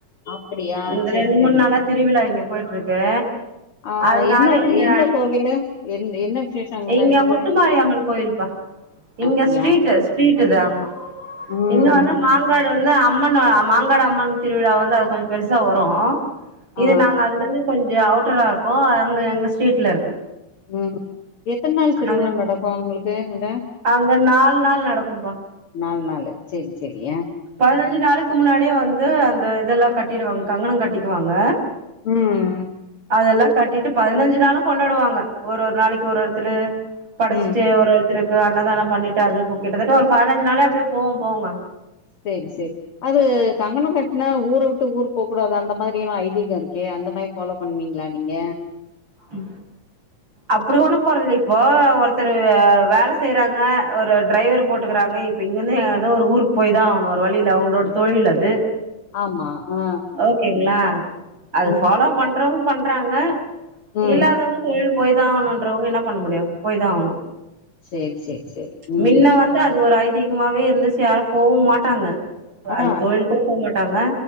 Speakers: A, on the left; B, on the right.
A: அப்டியா
B: இந்த
A: செரி
B: ரெண்ட்
A: செரி
B: மூணு நாளா திருவிழா இங்க போயிட்டு இருக்கு
A: ஆ
B: அதுனால
A: என்ன
B: இங்க
A: எந்த கோவிலு எந் என்ன விசேஷோ அங்க
B: நீங்க
A: நடக்குது
B: முத்துமாரியம்மன் கோயில்ப்பா இங்க
A: அப்டியா
B: ஸ்ட்ரீட்டு ஸ்ட்ரீட்டுது ஆமா
A: ம்.
B: இங்க வந்து மாங்காடு வந்து அம் ம்மன் மாங்காடு அம்மன் திருவிழா வந்து அது கொஞ்சோ பெருசா வரு இது
A: ஆ.
B: நாங்க அதுல இருந்து கொஞ்சோ அவுட்டரா இருக்கோ அங்க எங்க ஸ்ட்ரீட்ல இருக்கு
A: ம் எத்தன நாள் திருவிழா
B: அங்க
A: நடக்கு உங்களுக்கு அங்க
B: அங்க நாலு நாள் நடக்கும்பா
A: நால் நாளு சேரி சேரி
B: பதினஞ்சு நாளுக்கு முன்னாடியே வந்து அந்த இதெல்லா கட்டிடுவாங் கங்கணோ கட்டிக்குவாங்க
A: ம்
B: அதெல்லா கட்டிட்டு பதினஞ்சு நாளு கொண்டாடுவாங்க ஒரு ஒரு நாளைக்கி ஒரு ஒருத்தரு படச்சுட்டு
A: ம்.
B: ஒரு த்துருக்கு அன்னதானோ பண்ணிட்டு அது இப்ப கிட்டத்தட்ட ஒரு பதினஞ்சு நாளே அப்பிடியே போவு போவுங்க
A: சேரி சேரி அது கங்கணோ கட்னா ஊர விட்டு ஊரு போக்கூடாது அந்த மாதிரி எல்லா ஐதீகோ இருக்கே அந்த மாரி ஃபாலோ பண்ணுவீங்களா நீங்க
B: ம் அப்றோஒண்ண போறது இல்ல இப்போ ஒருத்தர் வேல செய்யறாங்க ஒரு டிரைவர் போட்டுக்கறாங்க இப்போ இங்கிருந்து ஏதோ ஒரு ஊருக்கு போயி தா ஆவனு வேற வழியில அவனோட தொழில் அது
A: ஆமா ஆ.
B: ஓகேங்களா அது
A: ம்.
B: ஃபாலோ பண்றவங்க பண்றாங்க
A: ம்.
B: இல்லாதவ்க தொழில் போய்தா ஆவணுன்றவங்க என்ன பண்ண முடியு போய் தா ஆவ்ணு
A: சரி, சரி, சரி. ம்.
B: மின்ன வந்து அது ஒரு ஐதி கமாவே இருந்துச்சு யாரு போவு மாட்டாங்க
A: ஆ.
B: அந்த தொழில் கூட போ மாட்டாங்க